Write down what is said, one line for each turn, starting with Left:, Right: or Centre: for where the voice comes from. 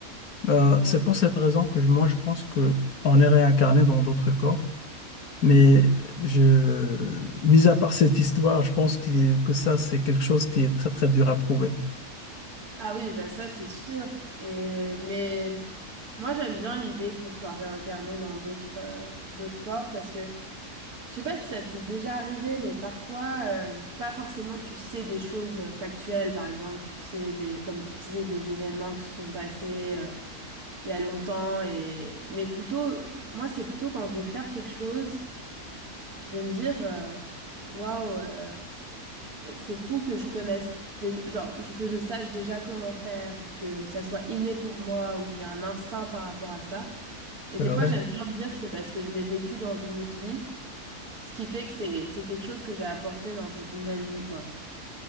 Left: Euh,
Right: Waouh.
Left: c'est pour cette raison que je- moi je pense que on est réincarné dans d'autres corps, mais je, mis à part cette histoire, je pense qu'il- est- que ça c'est quelque chose qui est très très dur à prouver.
Right: Ah oui, bah ça c'est sûr. Et mais moi j'aime bien l'idée qu'on soit réincarné dans d'autres euh, d'autres corps parce que je sais pas si ça t'est déjà arrivé, mais parfois euh, pas forcément tu sais des choses euh, factuelles. Par exemple, tu sais des comme tu disais des événements qui se sont passés euh, il y a longtemps et mais plutôt moi c'est plutôt quand je vais faire quelque chose, je vais me dire euh, waouh. euh, euh, c'est fou que je connaisse, déjà- genre, je- que je sache déjà comment faire, ou que ça soit inné pour moi, ou que j'ai un instinct par rapport à ça. Et
Left: C'est
Right: des
Left: vrai?
Right: fois, j'aime bien me dire que c'est parce que je l'ai vécu dans une autre vie, ce qui fait que c'est, c'est quelque chose que j'ai apporté dans cette nouvelle vie, quoi.